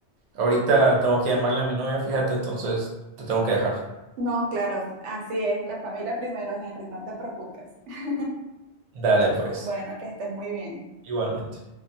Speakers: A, on the right; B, on the right.
A: ahorita tengo que llamarle a mi novia, fíjate, entonces te tengo que dejar.
B: No, claro, así es, la familia primero, Henry, no te preocupes. <laughs>
A: Dale, pues,
B: Bueno, que estés muy bien.
A: igualmente.